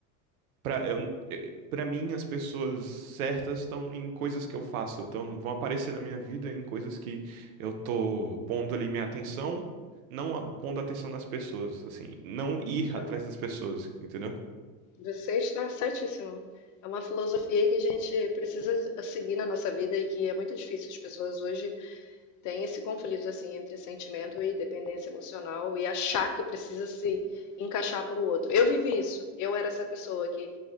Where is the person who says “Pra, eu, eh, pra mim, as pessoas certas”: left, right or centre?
Right